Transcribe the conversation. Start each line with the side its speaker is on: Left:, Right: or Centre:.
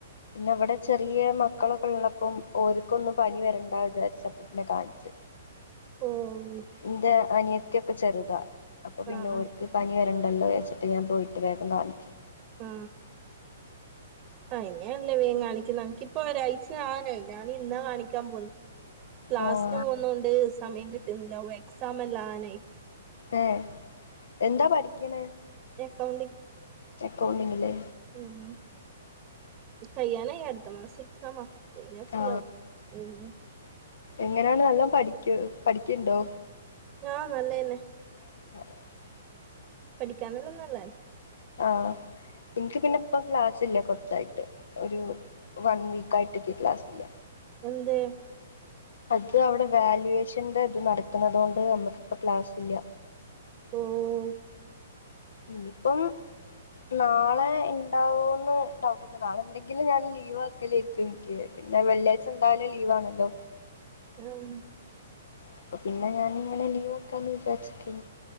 Left: പിന്നെ അവിടെ ചെറിയ മക്കളൊക്കെ ഉള്ളപ്പോം ഓക്കൊന്നും പനി വരണ്ട വിചാരിച്ചപ്പ പിന്നെ കാണിച്ച്
Right: <inaudible> ഓഹ്
Left: എന്റെ അനിയത്തിയൊക്കെ ചെറു അപ്പൊ പിന്നെ
Right: ആഹ്
Left: ഒരുക്ക്
Right: ആഹ് ആഹ്
Left: പനി വരണ്ടല്ലോ വച്ചിട്ട് ഞാൻ പോയിട്ട് വേഗം കാണിച്ചു
Right: ആ ആയി അങ്ങനെയല്ല വേഗം കാണിക്കുന്നത് നക്കിപ്പൊ ഒരാഴ്ച ആവനായി ഞാൻ ഇന്നാ കാണിക്കാൻ പോകുന്ന ക്ലാസിന്
Left: ആ
Right: പോകുന്നൊണ്ട് സമയം കിട്ടുന്നില്ല ഓ എക്സാം എല്ലാം ആണെ
Left: ഏഹ് എന്താ പഠിക്ക്ണെ
Right: കൗണ്ടിംഗ്
Left: അക്കൗണ്ടിങ് ലേ
Right: ഉം കയ്യാനായി അടുത്തമാസം എക്സാമ്മ അതയിഞാ ഫ്രീയാവും
Left: ആ
Right: ഉം
Left: എങ്ങനെയാണ് നല്ലൊം പഠിക്യോ പഠിക്ണ്ടോ
Right: ആഹ് നല്ല ന്നെ
Left: <unintelligible>
Right: പഠിക്കാന്ള്ളന്നല്ലെ
Left: ആഹ് ഇൻക്ക് പിന്നെപ്പ ക്ലാസ്സില്ല കൊർച്ചായിട്ട് ഒരു വൺ വീക്ക് ആയിട്ട് ക്ക് ക്ലാസ്സ് ല്ല
Right: എന്തെ
Left: അത് അവിടെ വാല്വേഷന്റെ ഇത് നടക്കുന്നതോണ്ട് നമ്മുക്കിപ്പ ക്ലാസ് ഇല്ല
Right: ഓഹ്
Left: ഇനിയിപ്പം നാളെ ഉണ്ടാവോന്ന് ഡൗട്ടുണ്ട് നാളെ ഇണ്ടെങ്കിലും ഞാൻ ലീവ് ആക്കലേക്കും ഇൻക്ക് പിന്നെ വെള്ളിയാഴ്ച എന്തായാലും ലീവ് ആണല്ലോ
Right: ആഹ
Left: അപ്പ പിന്നെ ഞാനിങ്ങനെ ലീവാക്കാന്ന് വിചാരിച്ച്ക്കേനി